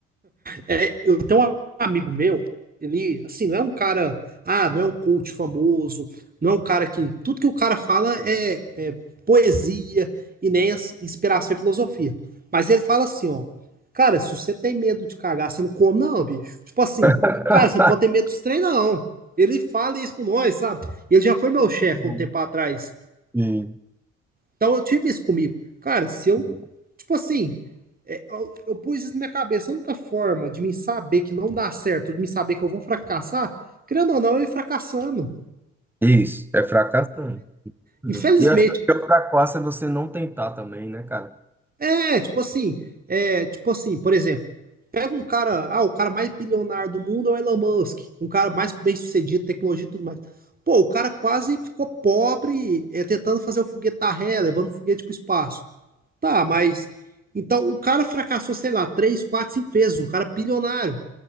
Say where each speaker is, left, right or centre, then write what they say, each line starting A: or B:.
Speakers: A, on the right (about 25°); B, in the centre.
A: é, eu tenho um amigo meu, ele, assim, não é um cara, ah, não é um coach famoso, não é um cara que, tudo que o cara fala é, é poesia e nem as- inspiração e filosofia. Mas ele fala assim, ó, cara, se você tem medo de cagar, você não come não, bicho. Tipo assim,
B: <laughs>
A: cara, você não pode ter medo dos treinos, não. Ele fala isso com nós, sabe? Ele já foi meu chefe
B: Muito bom.
A: um tempo atrás.
B: Sim,
A: Então eu tive isso comigo. Cara, se
B: sim.
A: eu, tipo assim, é, eu, eu pus isso na minha cabeça, a única forma de me saber que não dá certo, de me saber que eu vou fracassar, querendo ou não, eu ia fracassando.
B: Isso, é fracassando.
A: Infelizmente,
B: E eu acho que o pior fracasso é você não tentar também, né, cara?
A: é, tipo assim, é, tipo assim, por exemplo, pega um cara, ah, o cara mais bilionário do mundo é o Elon Musk, um cara mais bem-sucedido, tecnologia e tudo mais. Pô, o cara quase ficou pobre é, tentando fazer o foguete da ré, levando o foguete para o espaço. Tá, mas. Então, o cara fracassou, sei lá, três, quatro, cinco vezes, um cara bilionário.